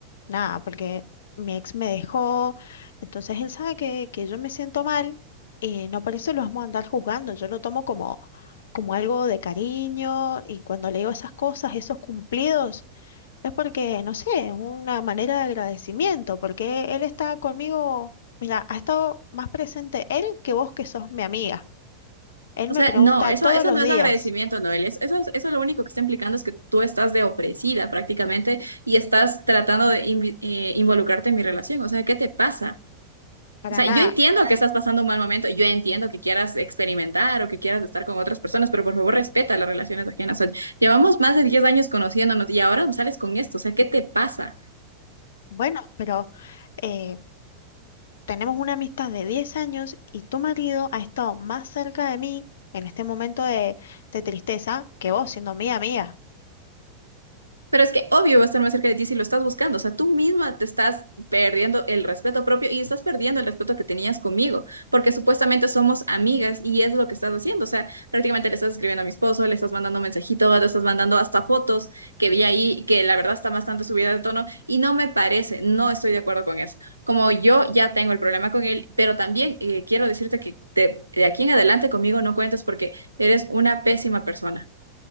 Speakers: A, on the left; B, on the right.
A: nada, porque mi ex me dejó. Entonces él sabe que, que yo me siento mal y no por eso lo vamos a andar juzgando. Yo lo tomo como, como algo de cariño y cuando le digo esas cosas, esos cumplidos. Es porque, no sé, es una manera de agradecimiento, porque él está conmigo, mira, ha estado más presente él que vos que sos mi amiga. Él
B: O
A: me
B: sea,
A: pregunta
B: no, eso,
A: todos
B: eso
A: los
B: no es
A: días,
B: agradecimiento, Noel. es- Eso, es- eso lo único que está implicando es que tú estás de ofrecida prácticamente y estás tratando de invi- eh, involucrarte en mi relación. O sea, ¿qué te pasa?
A: para
B: O sea,
A: nada,
B: yo entiendo que estás pasando un mal momento, yo entiendo que quieras experimentar o que quieras estar con otras personas, pero por favor respeta las relaciones ajenas. O sea, llevamos más de 10 años conociéndonos y ahora sales con esto. O sea, ¿qué te pasa?
A: bueno, pero eh, tenemos una amistad de 10 años y tu marido ha estado más cerca de mí en este momento de, de tristeza que vos siendo mi amiga.
B: Pero es que obvio va a estar más cerca de ti si lo estás buscando. O sea, tú misma te estás perdiendo el respeto propio y estás perdiendo el respeto que tenías conmigo, porque supuestamente somos amigas y es lo que estás haciendo. O sea, prácticamente le estás escribiendo a mi esposo, le estás mandando mensajitos, le estás mandando hasta fotos que vi ahí, que la verdad está bastante subida de tono y no me parece, no estoy de acuerdo con eso. Como yo ya tengo el problema con él, pero también eh, quiero decirte que te- de aquí en adelante conmigo no cuentes porque eres una pésima persona.